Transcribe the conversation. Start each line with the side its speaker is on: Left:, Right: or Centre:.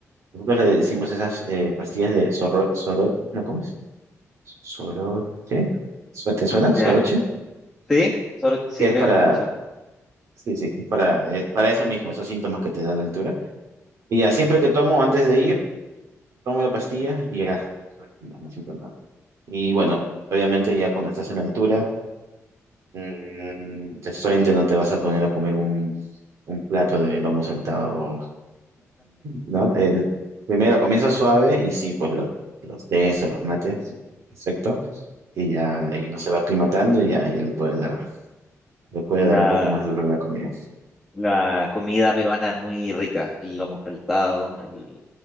Right: nosotros le decimos esas eh, pastillas de zorro, sorot, ¿no? ¿Cómo es? Soroche. ¿Su- ¿Te suena?
Centre: ¿Ya?
Right: Soroche.
Centre: Sí, solo sí
Right: Que
Centre: creo
Right: es para,
Centre: que lo he escuchado.
Right: sí, sí, es para, eh, para eso mismo, esos síntomas que te da la altura. Y ya, siempre que tomo antes de ir, tomo la pastilla y ya, tranquilo, no siento nada. Y bueno, obviamente ya cuando estás en altura, mm, de frente no te vas a poner a comer un, un plato de lomo saltado, ¿no? Eh, primero comienza suave y sí, pues los, los tés o los mates, perfecto. Y ya ahí uno se va aclimatando y ya, ya le puede dar. le puede
Centre: La,
Right: dar un poco más duro a la comida.
Centre: la comida peruana es muy rica, el lomo saltado, el,